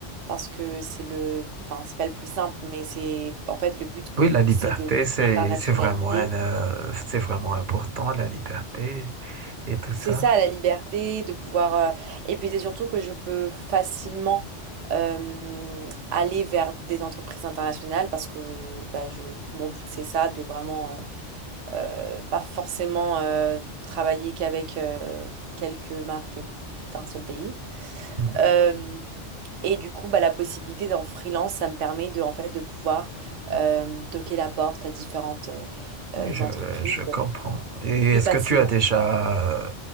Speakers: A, on the right; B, on the right.
A: parce que c'est le, enfin c'est pas le plus simple, mais c'est en fait le but
B: Oui, la liberté,
A: c'est de
B: c'est,
A: internationaliser.
B: c'est vraiment, un, euh, c'est vraiment important, la liberté et tout ça.
A: C'est ça la liberté, de pouvoir. euh, Et puis c'est surtout que je peux facilement euh, aller vers des entreprises internationales parce que bah, je... mon but c'est ça, de vraiment euh, euh, pas forcément euh, travailler qu'avec euh, quelques marques d'un seul pays.
B: Hmm.
A: Euh, et du coup, bah, la possibilité d'en freelance, ça me permet de, en fait, de pouvoir euh, toquer la porte à différentes euh, euh,
B: Oui, je,
A: entreprises
B: je comprends. Et
A: plus
B: est-ce
A: facilement.
B: que tu as déjà euh,